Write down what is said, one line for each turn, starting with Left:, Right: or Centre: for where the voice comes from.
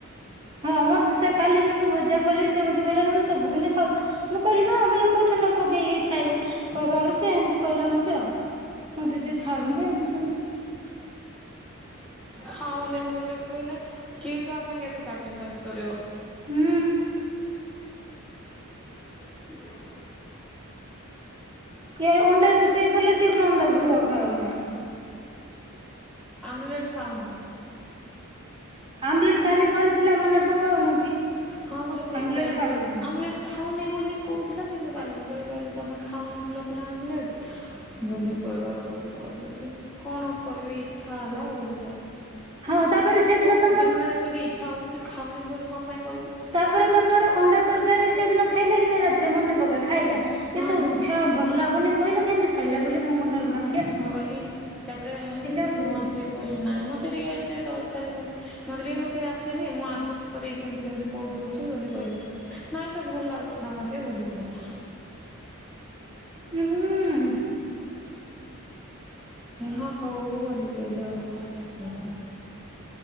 Right: ହଁ ମତେ ସେ କାଲି ଯୋଉ ମୁଁ ଯା କହିଲେ ସେ ମତେ କହିଲେ ତମେ ସବୁଦିନ ଖାଉଛ ମୁଁ କହିଲି ହଁ ବୋଇଲେ କୋଉଠି ନ ପକେଇକି ଖାଇବୁ କହିବାରୁ ସେ ଏନତି କହିଲା ମତେ ମୁଁ ଦିଦି ଖାଉନି <unintelligible>
Centre: ଖାଉନି ବୋଲି କହିଲେ କିଏ କାହା ପାଇଁ କେତେ ସାକ୍ରିଫାଇସ୍ କରିବ।
Right: ହୁଁ।
Centre: <inaudible>
Right: କି ଅଣ୍ଡା ରୁଷେଇ କଲେ ସିଏ ଗୁଟେ ଅଣ୍ଡା ଝୁଳ। ଖାଉନାହିଁ।
Centre: ଆମଲେଟ ଖାଉନାହି।
Right: ଆମଲେଟ କାଲି କରିଥିଲା ମନେ ପକଉନୁ କି
Centre: ହଁ ପରା ସେ
Right: ଆମଲେଟ
Centre: ତ
Right: ଖାଉଚି।
Centre: ଆମଲେଟ ଖାଉନି ବୋଲି କହୁଥିଲା କିନ୍ତୁ କାଲି ମୁଁ କହିଲି କହିଲି ତମେ ଖାଉନଥିଲ ପୁରା ଆମଲେଟ ବୋଲି କହିବାରୁ କହିଲେ କି କଣ କରିବି ଇଚଛା ହେଲା ବୋଲି କହିଲା।
Right: ହଁ ତାପରେ ସେଦିନ
Centre: ଦିନ
Right: ତ
Centre: ନା ଦିନ ଯଦି ଇଚ୍ଛା ହଉଛିି ଖାଉନି ବୋଲି କଣ ପାଇଁ କହିବୁ
Right: ତାପରେ ତମର ଅଣ୍ଡା ତରକାରି ସେଇଦିନ ଖାଇଲା କି ନା ରାତିରେ ମନେ ପକା। ଖାଇଲା।
Centre: ହଁ।
Right: ଏ ତ ଇଚଛା ଭଲ ଲାଗୁନି କହିଲା କେମିତି ଖାଇଲା? ବୋଲି ମୋ ମନରେ ଭାବ
Centre: ମୁଁ କଲି ତାପରେ
Right: ଆଉ
Centre: ମୁଁ
Right: ଧୀରେ
Centre: ଆସିକି କହିଲି ନାଇଁ ମତେ ଟିକେ ଏତେ ଦର କାରୀ ମତେ ଟିକେ ରୋଷେଇ ଆସେନି ମୁଁ ଆଡଜଷ୍ଟ କରି କେମିତି କେମତି କରିଦଉଚି ବୋଲି କହିଲି। ନାଇଁ ତ ଭଲ ଲାଗୁଥିଲା ମତେ ବୋଲି କହିଲା।
Right: ହୁଁ।
Centre: ହଁ ହଉ ବୋଲି କହିଲେ ହଉ କିଛି